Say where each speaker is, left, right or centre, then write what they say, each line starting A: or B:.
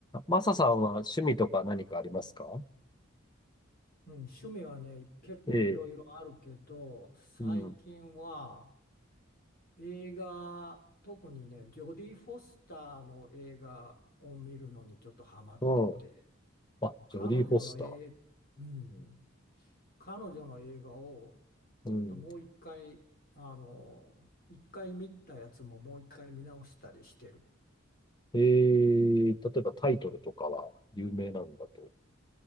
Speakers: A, on the left (about 20°); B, on the left (about 50°).
A: マサさんは趣味とか何かありますか
B: うん、趣味はね、結構いろいろあるけど、
A: ええ、
B: 最近は
A: うん、う
B: 映画、特にね、ジョディ・フォスターの映画を見るのにちょっとハマってて、
A: ん。あ、
B: 彼女の映、
A: ジョディ・フォスター。
B: うん、彼女の映画を
A: うん。
B: ともう一回、あの、一回見たやつももう一回見直したりしてる。
A: ええ、例えばタイトルとかは有名なんだと。